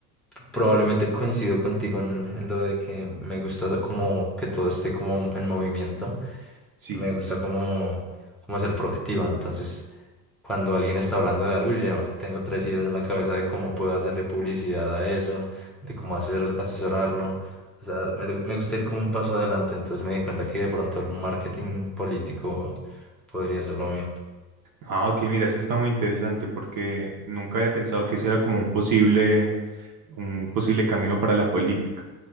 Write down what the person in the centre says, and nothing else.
Probablemente coincido contigo en, en lo de que me gusta como que todo esté como en movimiento.
Me gusta como, como ser proactivo. Entonces, cuando alguien está hablando de algo, yo ya tengo tres ideas en la cabeza de cómo puedo hacerle publicidad a eso, de cómo hacer, asesorarlo. O sea, me, gu- me gusta ir como un paso adelante. Entonces me di cuenta que de pronto el marketing político podría ser lo mío.